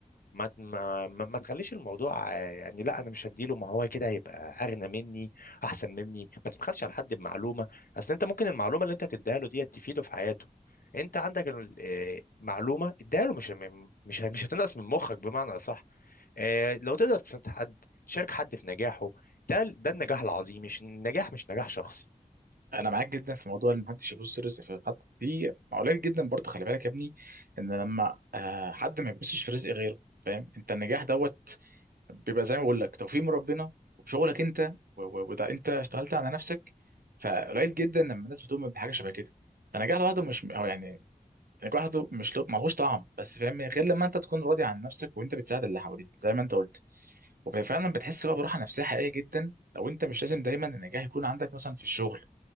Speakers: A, on the left; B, on the right.
A: ما ما ما ما تخليش الموضوع آه، يعني لا انا مش هديله ما هو كده هيبقى اغنى مني احسن مني ما تبخلش على حد بمعلومه اصل انت ممكن المعلومه اللي انت تديها له دي تفيده في حياته انت عندك ال- آه، معلومه اديها له مش م- مش مش هتنقص من مخك بمعنى اصح آه، لو تقدر تساعد حد تشارك حد في نجاحه ده ده النجاح العظيم مش النجاح مش نجاح شخصي
B: انا معاك جدا في موضوع ان محدش يبص رزق في حد دي قليل جدا برضه خلي بالك يا ابني ان لما آه، حد ما يبصش في رزق غيره فاهم انت النجاح دوت بيبقى زي ما بقول لك توفيق من ربنا وبشغلك انت و- و- وده انت اشتغلت على نفسك فقليل جدا لما الناس بتؤمن بحاجه شبه كده فنجاح لوحده مش هو يعني نجاح لوحده مش له ملهوش طعم بس فاهم غير لما انت تكون راضي عن نفسك وانت بتساعد اللي حواليك زي ما انت قلت وفعلا بتحس بقى براحه نفسيه حقيقيه جدا لو انت مش لازم دايما النجاح يكون عندك مثلا في الشغل